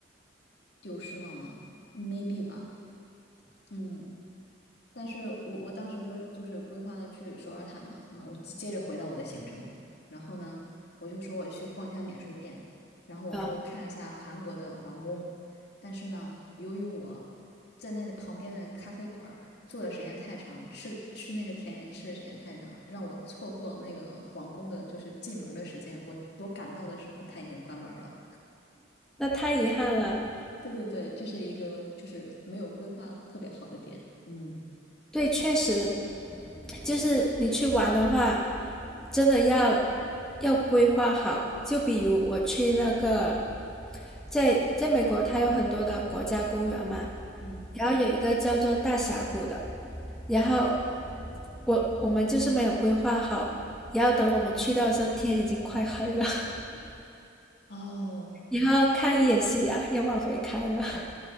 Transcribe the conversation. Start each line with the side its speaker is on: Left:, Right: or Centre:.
Left: 丢失了吗？maybe 吧，嗯。但是我我当时就就是规划了去首尔塔嘛，嗯，我接接着回到我的行程，然后呢，我就说我去逛一下免税店，然后我说看一下韩国的皇宫，
Centre: 啊，
Left: 但是呢，由于我在那旁边的咖啡馆儿坐的时间太长，吃吃那个甜点吃的时间太长，让我错过了那个皇宫的就是进门儿的时间，我我赶到的时候它已经关门儿了。
Centre: 那太遗憾了。
Left: 对对对，这是一个就是没有规划特别好的点，嗯
Centre: 对，确实，就是你去玩的话，真的要要规划好。就比如我去那个在在美国，它有很多的国家公园嘛，
Left: 嗯。
Centre: 然后有一个叫做大峡谷的，然后我我们就是没有规划好，然后等我们去到的时候，天已经快黑了，<laughs>
Left: 哦，
Centre: 然后看一眼夕阳又往回开了，<laughs>